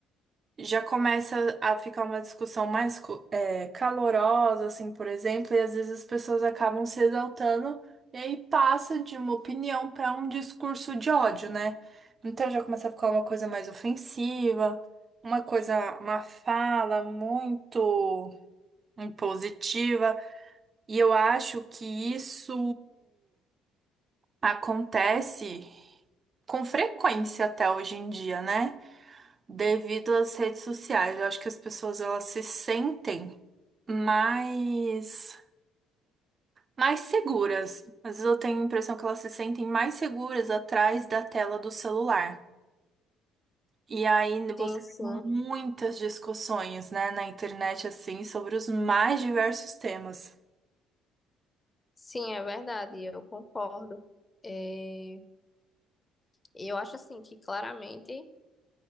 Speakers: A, on the right (about 30°); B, on the left (about 15°).
A: já começa a ficar uma discussão mais co- é, calorosa, assim, por exemplo, e às vezes as pessoas acabam se exaltando e aí passa de uma opinião para um discurso de ódio, né? Então já começa a ficar uma coisa mais ofensiva, uma coisa, uma fala muito impositiva. E eu acho que isso acontece com frequência até hoje em dia, né? Devido às redes sociais. Eu acho que as pessoas elas se sentem mais mais seguras. Às vezes eu tenho a impressão que elas se sentem mais seguras atrás da tela do celular. E aí você
B: Sim,
A: tem
B: sim.
A: muitas discussões, né, na internet assim sobre os mais diversos temas.
B: Sim, é verdade, eu concordo. É, eu acho assim que claramente